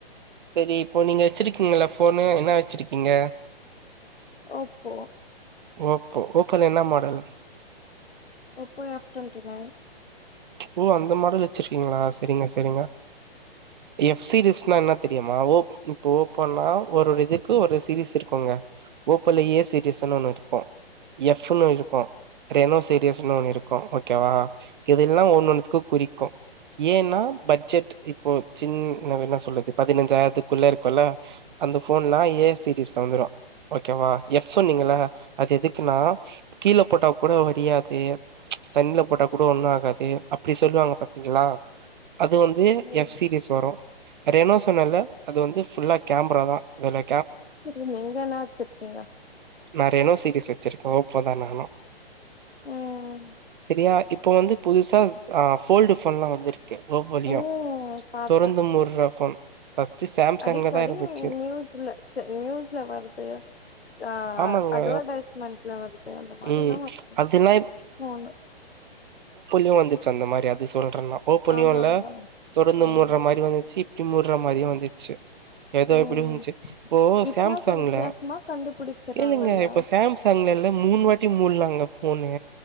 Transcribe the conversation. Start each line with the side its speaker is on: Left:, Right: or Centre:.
Right: சேரி இப்போ நீங்க வச்சிருக்கீங்கல ஃபோனு என்னா வச்சிருக்கீங்க?
Left: ஓப்போ
Right: ஓப்போ ஓப்போல என்ன model?
Left: Oppo F twenty nine
Right: ஓ அந்த மாடல் வச்சிருக்கீங்ளா, செரிங்க செரிங்க எஃப் சீரிஸ்னா என்ன தெரியுமா ஓ இப்ப ஓப்போனா ஒரு இதுக்கு ஒரு சீரிஸ் இருக்குங்க ஓப்போல ஏ சீரிஸுன்னு ஒன்னு இருக்கு எஃபுன்னு இருக்கு ரெனோ சீரிஸ்னு ஒன்னு இருக்கு ஓகேவா இதெல்லா ஒன்னு ஒன்னுத்துக்கு குறிக்கு ஏன்னா பட்ஜெட் இப்போ சின் என்ன சொல்றது பதினஞ்சாயிரத்துக்குள்ள இருக்குல்ல அந்த ஃபோன்லா ஏ சீீரிஸ்ல வந்துரு ஓகேவா எஃப் சொன்னிங்கல அது எதுக்குன்னா கீழ போட்டா கூட வரியாது தண்ணில போட்டா கூட ஒன்னு ஆ காது அப்டி சொல்லுவாங்க பாத்தீங்களா அது வந்து
Left: ம்
Right: எஃப் சீரிஸ் வரு ரெனோ சொன்னெல்ல அது வந்து ஃபுல்லா கேமரா தா அதுலெ
Left: செரி நீங்க என்ன வச்சிர்க்கீங்க?
Right: நா ரெனோ சீரிஸ் வச்சிருக்கே ஓப்போ தா நானு
Left: ம்
Right: செரியா இப் ப‌ வந்து புதுசா அ ஃபோல்டு ஃபோன்லா வந்துரு க்கு ஒப்போலயு
Left: ம் பாத்தே
Right: தொறந்து மூட்ற ஃபோன் ஃபஸ்ட்டு சாம்சங்ல
Left: அடிக்கடி
Right: தா இருந்துச்சு
Left: நியூஸ்ல நியூஸ்ல வருது அ
Right: ஆமாங்க
Left: அட்வடைஸ்மெண்ட்ல வருது அந்த மாரில்லா
Right: ம்
Left: வருது
Right: அதெல்லா
Left: ஃபோனு
Right: போ வந்துச்சு அந்த மாரி அது சொல்ற நா ஓப்போனியோல
Left: ஆமாங்க
Right: தொறந்து
Left: ம்
Right: மூட்ற மாரி வந்துச்சி இப்டி மூட்ற மாரியு வந்துச்சு எதோ
Left: ம்
Right: எப்டி இந்ச்சு இப்போ
Left: வித்தியாச
Right: சாம்சங்ல
Left: வித்தியாசமா கண்டுபிடிச்சறாங்கல்ல
Right: கேளுங்க இப்போ சாம்சங்லல்ல மூணு வாட் டி மூல்லாங்க ஃபோனு